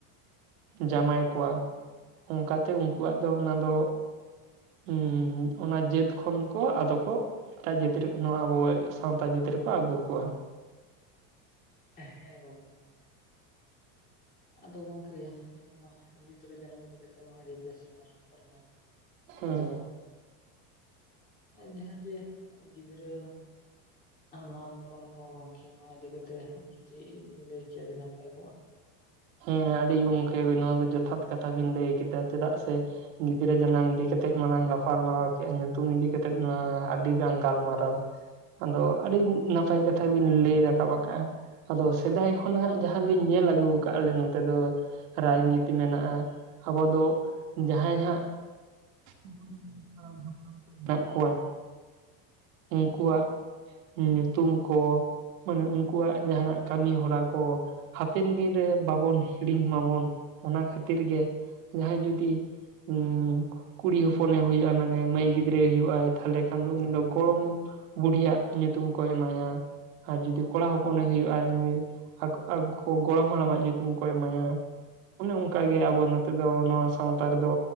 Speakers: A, on the right; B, on the left.
A: ᱡᱟᱶᱟᱭ ᱠᱚᱣᱟ ᱚᱱᱠᱟᱛᱮ ᱩᱱᱠᱩᱣᱟᱜ ᱫᱚ ᱚᱱᱟ ᱫᱚ ᱩᱸ ᱚᱱᱟ ᱡᱟᱹᱛ ᱠᱷᱚᱱ ᱫᱚᱠᱚ ᱟᱫᱚ ᱠᱚ ᱮᱴᱟᱜ ᱡᱟᱹᱛ ᱨᱮᱱ ᱱᱚᱣᱟ ᱟᱵᱚᱭ ᱥᱟᱶᱛᱟ ᱡᱟᱹᱛ ᱨᱮᱠᱚ ᱟᱹᱜᱩ ᱠᱚᱣᱟ
B: ᱦᱮᱸ ᱜᱚᱝᱠᱮ ᱟᱫᱚ ᱜᱚᱝᱠᱮ ᱱᱚᱣᱟ ᱜᱤᱫᱽᱨᱟᱹ ᱡᱟᱱᱟᱢ ᱤᱫᱤ ᱠᱟᱛᱮ ᱢᱟ ᱟᱹᱰᱤ ᱵᱮᱥ ᱞᱟᱝ ᱨᱚᱯᱚᱲ ᱱᱟ
A: ᱦᱮᱸ
B: ᱟᱫᱚ ᱡᱟᱦᱟᱸ ᱡᱮ ᱜᱤᱫᱽᱨᱟᱹ ᱱᱟᱢᱠᱚᱨᱚᱢ ᱠᱚ ᱜᱚᱢᱠᱮ ᱱᱚᱣᱟ ᱤᱫᱤ ᱠᱟᱛᱮ ᱡᱩᱫᱤ ᱵᱤ ᱞᱟᱹᱭ ᱠᱮᱭᱟ ᱟᱹᱰᱤ ᱱᱟᱯᱟᱭ ᱠᱚᱜᱼᱟ
A: ᱦᱮᱸ ᱟᱹᱰᱤ ᱜᱚᱢᱠᱮ ᱱᱚᱣᱟ ᱫᱚ ᱡᱚᱛᱷᱟᱛ ᱠᱟᱛᱷᱟ ᱵᱤᱱ ᱞᱟᱹᱭ ᱠᱮᱫᱟ ᱪᱮᱫᱟᱜ ᱥᱮ ᱜᱤᱫᱽᱨᱟᱹ ᱡᱟᱱᱟᱢ ᱤᱫᱤ ᱠᱟᱛᱮᱫ ᱢᱟ ᱞᱟᱝ ᱜᱟᱯᱟᱞᱢᱟᱨᱟᱣ ᱠᱮᱫᱼᱟ ᱧᱩᱛᱩᱢ ᱤᱫᱤ ᱠᱟᱛᱮᱫ ᱟᱹᱰᱤ ᱜᱟᱝ ᱜᱟᱞᱢᱟᱨᱟ ᱟᱫᱚ ᱟᱹᱰᱤ ᱱᱟᱯᱟᱭ ᱠᱟᱛᱷᱟ ᱵᱤᱱ ᱞᱟᱹᱭ ᱨᱟᱠᱟᱵ ᱟᱠᱟᱜᱼᱟ ᱟᱫᱚ ᱥᱮᱫᱟᱭ ᱠᱷᱚᱱᱟᱜ ᱡᱟᱦᱟᱸ ᱞᱤᱧ ᱧᱮᱞ ᱟᱹᱜᱩ ᱟᱠᱟᱜᱼᱟ ᱟᱞᱮ ᱱᱚᱛᱮ ᱫᱚ ᱨᱟᱭᱱᱤᱛᱤ ᱢᱮᱱᱟᱜᱼᱟ ᱟᱵᱚ ᱫᱚ ᱡᱟᱦᱟᱸᱭ ᱦᱟᱸᱜ ᱟᱵᱚᱨᱮᱱ ᱦᱟᱯᱲᱟᱢ ᱠᱚ ᱢᱮᱱᱟᱜ ᱠᱚᱣᱟ ᱩᱱᱠᱩᱣᱟᱜ ᱧᱩᱛᱩᱢ ᱠᱚ ᱢᱟᱱᱮ ᱩᱱᱠᱩᱣᱟᱜ ᱡᱟᱦᱟᱱᱟᱜ ᱠᱟᱹᱢᱤ ᱦᱚᱨᱟ ᱠᱚ ᱦᱟᱯᱮᱱ ᱫᱤᱱᱨᱮ ᱵᱟᱵᱚᱱ ᱦᱤᱲᱤᱧ ᱢᱟᱵᱚᱱ ᱚᱱᱟ ᱠᱷᱟᱹᱛᱤᱨ ᱜᱮ ᱡᱟᱦᱟᱸᱭ ᱡᱩᱫᱤ ᱩᱸ ᱠᱩᱲᱤ ᱦᱚᱯᱚᱱᱮ ᱦᱩᱭᱩᱜᱼᱟ ᱢᱟᱱᱮ ᱢᱟᱹᱭ ᱜᱤᱫᱽᱨᱟᱹᱭ ᱦᱩᱭᱩᱜᱼᱟ ᱛᱟᱦᱚᱞᱮ ᱠᱷᱟᱱ ᱫᱚ ᱩᱱᱤ ᱫᱚ ᱜᱚᱲᱚᱢ ᱵᱩᱰᱤᱭᱟᱜ ᱧᱩᱛᱩᱢ ᱠᱚ ᱮᱢᱟᱭᱟ ᱟᱨ ᱡᱩᱫᱤ ᱠᱚᱲᱟ ᱦᱚᱯᱚᱱᱮ ᱦᱩᱭᱩᱜᱼᱟ ᱟᱠᱚ ᱟᱠ ᱜᱚᱲᱚᱢ ᱦᱟᱲᱟᱢᱟᱜ ᱧᱩᱛᱩᱢ ᱠᱚ ᱮᱢᱟᱭᱟ ᱚᱱᱮ ᱚᱱᱠᱟ ᱜᱮ ᱟᱵᱚ ᱱᱚᱛᱮ ᱫᱚ ᱱᱚᱣᱟ ᱥᱟᱶᱛᱟ ᱨᱮᱫᱚ